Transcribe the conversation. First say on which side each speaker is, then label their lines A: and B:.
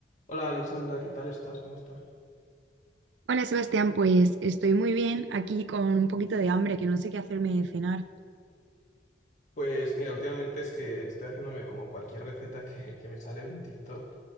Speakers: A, on the left; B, on the right.
A: Hola Alexandra, ¿qué tal estás? ¿Cómo estás?
B: Hola Sebastián, pues estoy muy bien aquí con un poquito de hambre que no sé qué hacerme de cenar.
A: Pues mira, últimamente es que estoy haciéndome como cualquier receta que, que me sale en TikTok